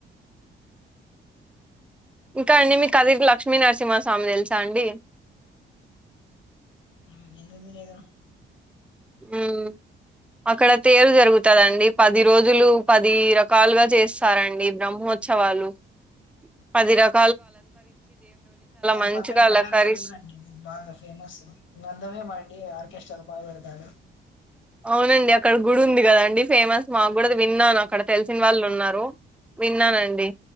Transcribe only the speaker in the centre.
ఇంకా అండి మీ కదిరి లక్ష్మీ నరసింహస్వామి తెలుసా అండి
హ్మ్ అక్కడ తేరు జరుగుతదండి పది రోజులు పది రకాలుగా చేస్తారండి బ్రహ్మో ఉత్సవాలు పది రక
మంచిగా
అలంకరిస్
అవునండి అక్కడ గుడి ఉంది కదాండి ఫేమస్ మాకు కూడా అది విన్నాను అక్కడ తెలిసిన వాళ్ళు ఉన్నారు విన్నానండి